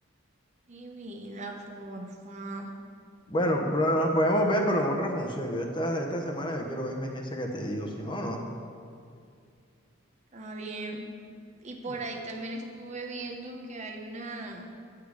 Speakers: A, on the right (about 35°); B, on the left (about 25°).
A: Mi vida, porfa.
B: Bueno, pero las podemos ver, pero en otra función. Yo esta, esta semana yo quiero verme esa que te digo, si no, no.
A: Está bien. Y por
B: No,
A: ahí también estuve viendo que hay una,